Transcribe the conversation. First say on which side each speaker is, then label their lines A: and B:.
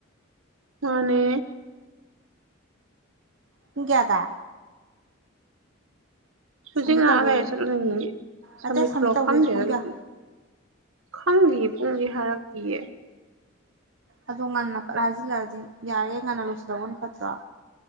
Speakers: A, on the right (about 80°); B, on the right (about 60°).
A: ꯃꯅꯦ
B: ꯄꯨꯡ ꯀꯌꯥꯗꯥ
A: ꯍꯨꯖꯤꯛ
B: ꯁꯝꯃꯤꯠ
A: ꯉꯍꯥꯛ
B: ꯇꯧꯗꯣꯏꯁꯦ
A: ꯂꯩꯔꯥ ꯆꯠꯂꯥꯅꯤꯌꯦ ꯁꯃꯤꯠ
B: ꯅꯠꯇꯦ ꯁꯝꯃꯤꯠ
A: ꯂꯣ
B: ꯇꯧꯗꯣꯏꯁꯦ
A: ꯈꯪꯗꯦꯗꯥ
B: ꯄꯨꯡ
A: ꯗꯨꯗꯤ
B: ꯀꯌꯥ
A: ꯈꯪꯗꯤꯌꯦ ꯄꯨꯡꯗꯤ ꯍꯥꯏꯔꯛꯇꯤꯌꯦ
B: ꯑꯗꯣ ꯉꯟꯅ ꯐꯠ ꯍꯥꯏꯁꯤꯜꯂꯛꯑꯗꯤ ꯌꯥꯔꯤꯒꯩ ꯉꯟꯅ ꯂꯣꯏꯁꯤꯟꯍꯧꯕꯅ ꯐꯠꯇ꯭ꯔꯣ